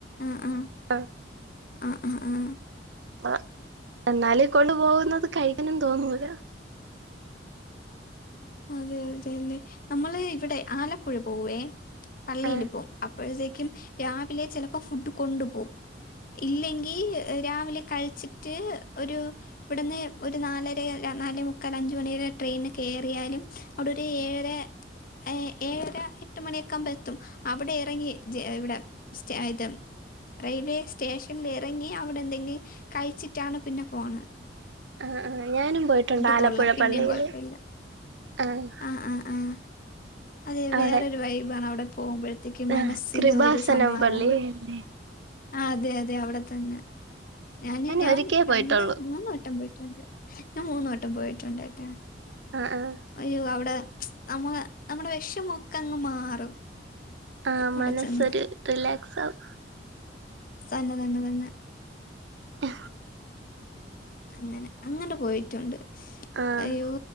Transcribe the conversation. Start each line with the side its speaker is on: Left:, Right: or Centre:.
Left: ആഹ് ആഹ്
Right: ആ,
Left: ആഹ് ആ ഹ് ആഹ്
Right: അ എന്നാലും കൊണ്ടു പോകുന്നത് കഴിക്കാനും തോന്നൂല.
Left: അതെ അതെല്ലെ നമ്മള് ഇവിടെ ആലപ്പുഴ പോവേ പള്ളിൽ
Right: ആ
Left: പോവും. അപ്പോഴത്തേക്കും രാവിലെ ചിലപ്പോ ഫുഡ് കൊണ്ടു പോകും. ഇല്ലെങ്കിൽ രാവിലെ കഴിച്ചിട്ട് ഒരു ഇവിടുന്ന് ഒരു നാലര നാലേ മുക്കാൽ അഞ്ചു മണി വരെ ട്രെയിൻ കേറി യാലും അവടെ ഒരു ഏഴര ഏ ഏഴര എട്ട് മണിയൊക്കെ ആകുമ്പോ എത്തും. അവിടെ ഇറങ്ങി ഇവിടെ സ്റ്റായ് തെൻ റെയിൽവേ സ്റ്റേഷനിൽ ഇറങ്ങി അവിടെ എന്തെങ്കിലും കഴിച്ചിട്ടാണ് പിന്നെ പോണത്.
Right: ആഹ് ആഹ് ഞാനും പോയിട്ടുണ്ട് ആലപ്പുഴ
Left: കൊള്ളാം പിന്നെയും
Right: പള്ളിയില്
Left: കൊഴപ്പല്ല.
Right: ആഹ്
Left: ആഹ് ആഹ് ആഹ് അതെ
Right: അവിടെ
Left: വേറൊരു വൈബാണ് അവിടെ പോകുമ്പഴ് ത്തേക്ക് മനസ്സിന്
Right: ആ കൃപാസനം
Left: ഒരു സമാദാനം
Right: പള്ളിയല്ലേ
Left: ആഹ് അതെ അതെ അവിടെത്തന്നെ ഞാന് ഞാൻ
Right: ഒരിക്കേ
Left: രണ്ട്
Right: പോയിട്ടുള്ളൂ
Left: മൂന്ന് വട്ടം പോയിട്ടുണ്ട് ഞാൻ മൂന്നു വട്ടം പോയിട്ടുണ്ട് കേട്ടോ
Right: ആഹ് ആഹ്
Left: അയ്യോ അവിടെ നമ്മള് നമ്മുടെ വെഷമൊക്കെ അങ്ങ് മാറും
Right: ആഹ്
Left: അവിടെ
Right: മനസ്സൊരു
Left: ചെന്ന്.
Right: റിലാക്സാവും
Left: തന്ന തന്നെ തന്നെ
Right: ഉ
Left: അങ്ങനെ അങ്ങനെ പോയിട്ടുണ്ട്
Right: ആഹ്
Left: അയ്യോ